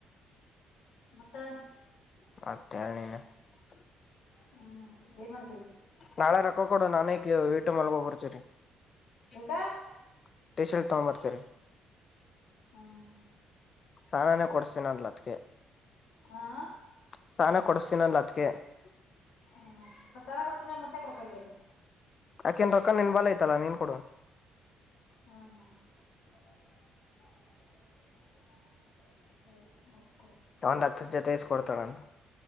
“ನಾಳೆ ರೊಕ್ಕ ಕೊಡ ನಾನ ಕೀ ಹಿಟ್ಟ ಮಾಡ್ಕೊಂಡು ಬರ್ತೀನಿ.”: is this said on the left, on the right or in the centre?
Left